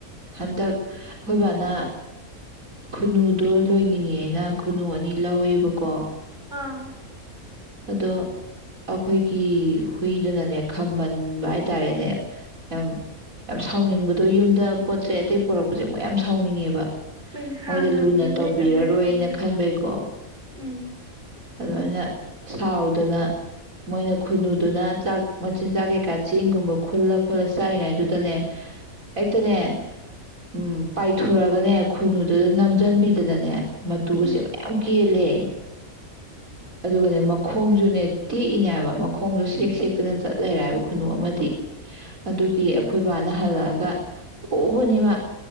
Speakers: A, on the right; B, on the right.
A: ꯍꯟꯗꯛ ꯑꯩꯈꯣꯏ ꯕꯥꯅ ꯈꯨꯟꯅꯨꯗꯣ ꯂꯣꯏꯅꯤꯡꯉꯦꯅ ꯈꯨꯟꯅꯨ ꯑꯅꯤ ꯂꯧꯋꯦꯕꯀꯣ
B: ꯑꯥ
A: ꯑꯗꯣ ꯑꯩꯈꯣꯏꯒꯤ ꯍꯨꯏꯗꯨꯅꯅꯦ ꯈꯝꯕꯟꯕ ꯍꯥꯏꯇꯥꯔꯦꯅꯦ ꯌꯥꯝ ꯌꯥꯝ ꯁꯥꯎꯅꯤꯡꯕꯗꯣ ꯌꯨꯝꯗ ꯄꯣꯠ ꯆꯩꯩ ꯑꯇꯩ ꯄꯣꯔꯛꯄꯁꯦ ꯃꯣꯏ ꯌꯥꯝ ꯁꯥꯎꯅꯤꯡꯉꯦꯕ
B: ꯑꯩꯈꯣꯏꯅ ꯍꯥꯟꯅꯗꯤ
A: ꯃꯣꯏꯗ ꯂꯨꯅ
B: ꯃꯣꯏꯇꯪ
A: ꯇꯧꯕꯤꯔꯔꯣꯏꯅ
B: ꯂꯩꯕꯅꯤꯅ
A: ꯈꯟꯕꯩꯀꯣ
B: ꯎꯝ
A: ꯑꯗꯨꯃꯥꯏꯅ ꯁꯥꯎꯗꯅ ꯃꯣꯏꯅ ꯈꯨꯟꯅꯨꯗꯨꯅ ꯆꯥꯛ ꯃꯆꯤꯟꯖꯥꯛ ꯀꯩꯀꯥ ꯆꯦꯡꯒꯨꯝꯕ ꯈꯨꯜꯂ ꯈꯣꯠꯂ ꯆꯥꯔꯤꯉꯩꯗꯨꯗꯅꯦ ꯍꯛꯇꯅꯦ ꯎꯝ ꯄꯥꯏꯊꯣꯔꯛꯑꯒꯅꯦ ꯈꯨꯟꯅꯨꯗꯨꯗ ꯅꯝꯁꯤꯟꯕꯤꯗꯅꯅꯦ ꯃꯇꯨꯒꯁꯦ
B: ꯎꯝ
A: ꯃꯌꯥꯝ ꯀꯦꯜꯂꯦ ꯑꯗꯨꯒꯅꯦ ꯃꯈꯣꯡꯁꯨꯅꯦ ꯇꯦꯛꯏꯅꯦꯕ ꯃꯈꯣꯡꯗꯣ ꯁꯦꯛ ꯁꯦꯛꯇꯅ ꯆꯠꯂꯔ ꯍꯥꯏꯕ ꯈꯨꯅꯨ ꯑꯃꯗꯤ ꯑꯗꯨꯒꯤ
B: ꯍꯩꯃ
A: ꯑꯩꯈꯣꯏ ꯕꯥꯅ ꯍꯜꯂꯛꯑꯒ ꯑꯗꯨꯒ ꯄꯨꯕꯅꯤꯃ